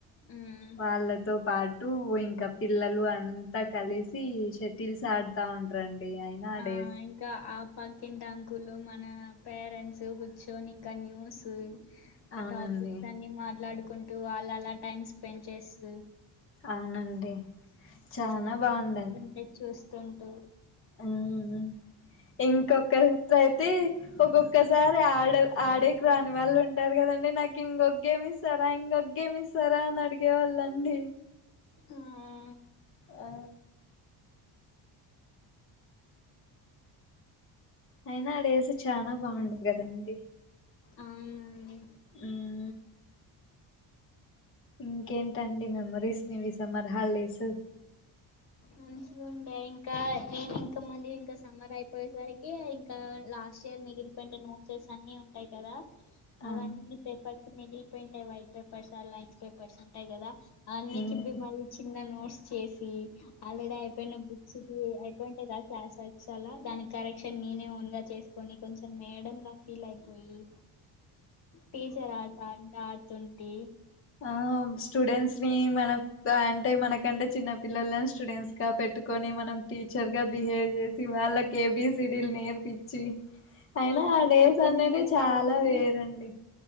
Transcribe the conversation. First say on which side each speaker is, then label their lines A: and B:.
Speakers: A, on the left; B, on the left.
A: ఉమ్,
B: వాళ్ళతో పాటు ఇంకా పిల్లలు అంతా కలిసి షటిల్స్ ఆడ్తా ఉంటారండి అయినా
A: ఆ
B: డేస్
A: ఇంకా ఆ పకింట అంకులు మన పేరెంట్స్ కూర్చొని ఇంకా న్యూస్ ఆ
B: అవునండి
A: టాపిక్స్ అన్ని మాట్లాడుకుంటూ ఆళ్ళ అలా టైమ్ స్పెండ్ చేస్తు
B: అవునండి చాన బాగుందండి
A: ఏ చూస్తుంటూ
B: ఉమ్ ఇంకొకరయితే ఒక్కొక్కసారి ఆడ ఆడేకి రాని వాళ్ళు ఉం టరు కదండి నాకు ఇంకొగేమి ఇస్తారా ఇంకొగేమి ఇస్తారా అని అడిగేవాళ్ళండి
A: ఉమ్
B: ఆ అయినా ఆడేస్ చాలా బాగుండేది కదండి
A: ఆ ఉంది
B: ఉమ్ ఇంకేంటండి మెమరీస్ ఇవి సమ్మర్ హాల్ డేస్
A: మంచిగుండె ఇంకా నేన్ ఇంకా మళ్ళీ ఇంకా సమ్మర్ అయిపోయేసరికి కా లాస్ట్ ఇయర్ మిగిలి పొయిన నోట్సెస్ అన్ని ఉంటాయ్ కదా అవన్నీ
B: ఆ
A: పేపర్స్ మిగిలి పోయి ఉంటాయ్ వైట్ పేపర్స్ ఆ లైన్స్ పేపర్స్ ఉంటాయ్ గదా అన్ని
B: ఉమ్
A: చింపి మళ్ళీ చిన్న నోట్స్ చేసి ఆల్రెడీ అయిపోయిన బుక్ <unintelligible> అలా దానికి కరెక్షన్ నేనే ఓన్ గా చేసుకొని కొంచెం మేడం లా ఫీల్ అయిపోయి టీచర్ ఆట అంట ఆడుతుంటి
B: ఆ స్టూడెంట్స్ ని మన అంటే మనకంటే చిన్న పిలలన్ స్టూడెంట్స్ గా పెట్టుకొని మనం టీచర్ గా బిహేవ్ చేసి వాళ్ళక్ ఏబీసిడిలు నేర్పిచ్చి అయినా
A: మళ్ళీ
B: ఆ డేస్
A: అయిపోయిన
B: అనేది
A: నోట్స్లో
B: చాలా
A: నుంచి
B: వేరండి